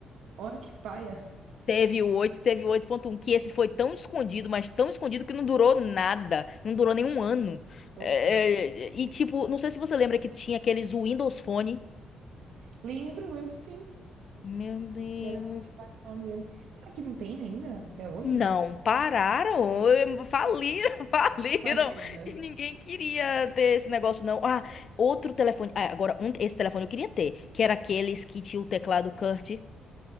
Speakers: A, on the right; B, on the left.
A: olha que paia.
B: Teve o oito e teve o oito ponto um que esse foi tão escondido, mas tão escondido que não durou nada. Não durou nenhum ano.
A: Flopou.
B: É, é, e tipo, não sei se você lembra que tinha aqueles Windows Phone.
A: Lembro, lembro sim,
B: Meu Deus.
A: que era o smartphone deles. Será que não tem ainda, até hoje?
B: Não, pararam, eh, faliram, <laughs> faliram,
A: Faliram, né?
B: e ninguém queria ter esse negócio, não. Ah, outro telefone, ah, agora, um- esse telefone eu queria ter, que era aqueles que tinha o teclado Kurt,